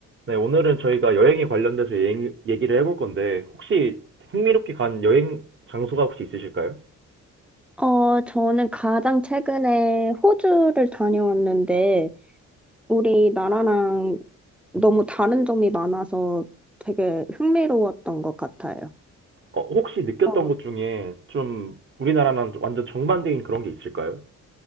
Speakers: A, on the right; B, in the centre.
A: 네, 오늘은 저희가 여행에 관련돼서 여행 얘기를 해볼 건데, 혹시 흥미롭게 간 여행 장소가 혹시 있으실까요?
B: 어, 저는 가장 최근에 호주를 다녀왔는데, 우리나라랑 너무 다른 점이 많아서 되게 흥미로웠던 것 같아요.
A: 어, 혹시 느꼈던
B: 어,
A: 것 중에 좀 우리나라랑 좀 완전 정반대인 그런 게 있을까요?